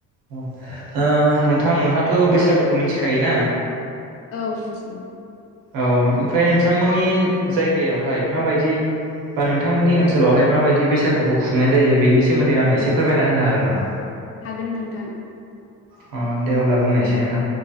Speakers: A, on the right; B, on the left.
A: ‌औ ओ नोंथां नोंथाङाथ' बैसागोखौ मिथिखायोना?
B: औ मिथियो।
A: औ ओमफ्राय नोंथांमोननि जायगायावहाय माबायदि बा नोंथांमोननि ओनसोलावहाय माबायदि बैसागुखौ खुंनाय जायो बेनि सोमोन्दै आंनो एसे फोरमायना होनो हागोन नामा?
B: हागोन नोंथां।
A: अ। दे अब्ला बुंनायसै
B: औ
A: नोंथां